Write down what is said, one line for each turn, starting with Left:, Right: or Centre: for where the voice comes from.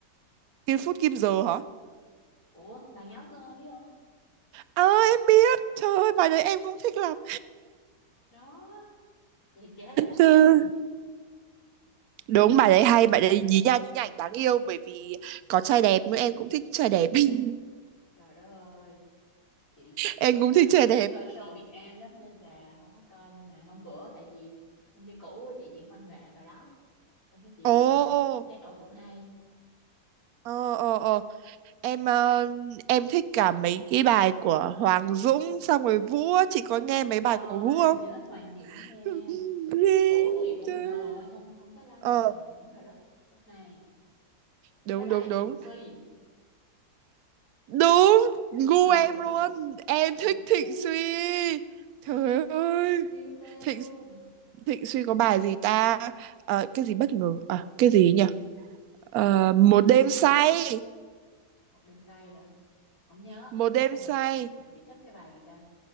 Right: Kim Phút Kim Giờ hả?
Left: ủa bà ngáo ngơ biết không
Right: À, em biết, trời ơi, bài đấy em cũng thích lắm.
Left: đó thì chị thấy bài đó
Right: Ừ.
Left: hay
Right: Đúng, bài đấy hay, bài đấy nhí nha nhí nhảnh đáng yêu bởi vì có trai đẹp nữa, em cũng thích trai đẹp. <laughs>
Left: trời đất ơi chị
Right: Em
Left: chị
Right: cũng
Left: ít
Right: thích trai
Left: ít
Right: đẹp.
Left: khi coi show Việt Nam lắm nên là không có coi nhưng mà hôm bữa tại vì công ty cũ của chị diễn văn nghệ bài đó xong cái chị
Right: Ồ,
Left: coi
Right: ờ,
Left: thấy ô cũng hay
Right: ờ, ờ. em ờ, em thích cả mấy cái bài của Hoàng Dũng xong rồi Vũ á. chị có nghe mấy bài
Left: trời
Right: của Vũ
Left: ơi,
Right: không
Left: chị thích Hoàng Dũng nha
Right: <laughs>
Left: Vũ thì cũng bình thường thôi không không có lâu nhưng
Right: ờ
Left: mà Hoàng Dũng rồi đó rất hay
Right: đúng
Left: với lại
Right: đúng đúng
Left: Thịnh Suy
Right: đúng gu
Left: trời
Right: em
Left: ơi
Right: luôn em
Left: Thịnh
Right: thích
Left: Suy
Right: Thịnh Suy trời ơi
Left: siêu mê
Right: Thịnh
Left: luôn
Right: Thịnh Suy có bài gì ta Ờ, cái gì bất ngờ à cái gì nhỉ Ờ, một đêm say
Left: một đêm say hả? không nhớ
Right: một đêm
Left: nhưng
Right: say
Left: mà chị, chị thích cái bài gì ta